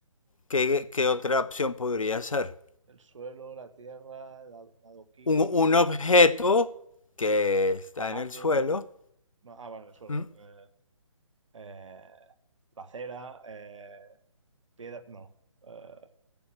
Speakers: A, on the left; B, on the right.
A: ¿Qué, qué otra opción podría ser?
B: El suelo, la tierra, el ado- un adoquín,
A: Un, un objeto que está
B: zapato.
A: en el suelo.
B: un- no, ah, bueno, el suelo.
A: Mm,
B: eh, eh, la acera, eh, piedra. No. eh,